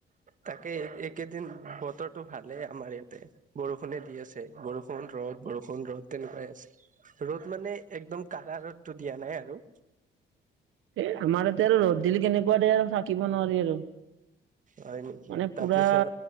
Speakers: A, on the right (about 40°); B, on the right (about 85°).
A: তাকে এইকেইদিন বতৰটো ভালেই আমাৰ ইয়াতে, বৰষুণে দি আছে বৰষ বৰষুণ ৰ'দ, বৰষুণ ৰ'দ তেনেকুৱাই আছে ৰ'দ মানে, একদম কাঢ়া ৰ'দটো দিয়া নাই আৰু।
B: এ, আমাৰ ইয়াতে আৰু ৰ'দ দিলি কেনেকুৱা দে আৰু থাকিব নোৱাৰি আৰু।
A: হয় নেকি
B: মানে
A: তাৰপিছত
B: পুৰা